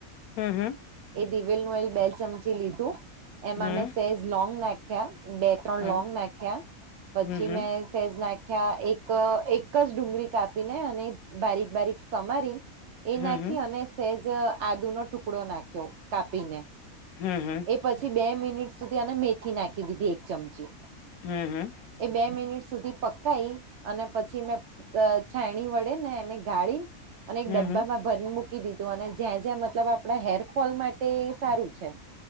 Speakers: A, on the left; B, on the right.
A: હમ હમ
B: એ દિવેલ નું ઓઇલ બે ચમચી લીધું એમાં
A: હમ
B: મેં સહેજ લોંગ નાખ્યા બે ત્રણ
A: હમ
B: લોંગ નાખ્યા પછી
A: હમ
B: મેં સહેજ નાખ્યા એક એ ક જ ડુંગળી કાપીને અને બારીક બારીક સમારીને એ
A: હમ હમ
B: નાખી અને સહેજ આદુ નો ટુકડો નાખ્યો કાપીને.
A: હમ હમ
B: એ પછી બે મિનિટ સુધી આને મેથી નાખી દીધી એક ચમચી
A: હમ હમ
B: એ બે મિનિટ સુધી પકાય અને પછી મેં છાયણી વડે ને એને ગાળી અને એક
A: હમ
B: ડબ્બામાં
A: હમ
B: ભરીને મૂકી દીધું અને જ્યાં જ્યાં મતલબ આપણા હેરફોલ માટે સારું છે.